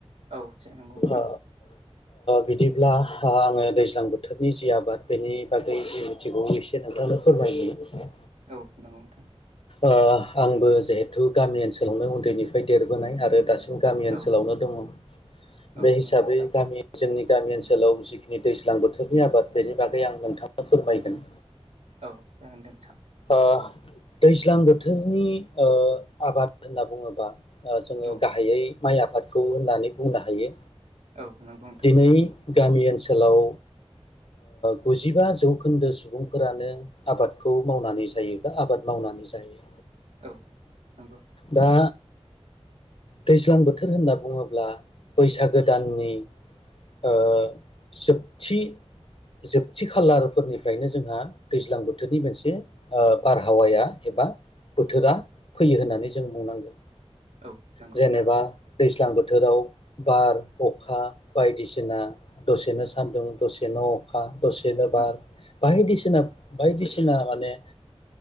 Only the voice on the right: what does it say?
औ नंगौ नोंथां
औ नंगौ नोंथां।
औ
औ
नंगौ नोंथां
औ जागोन दे नोंथां
औ
औ नोंगौ नोंथां
औ नंगौ
औ नंगौ
नोंथां
औ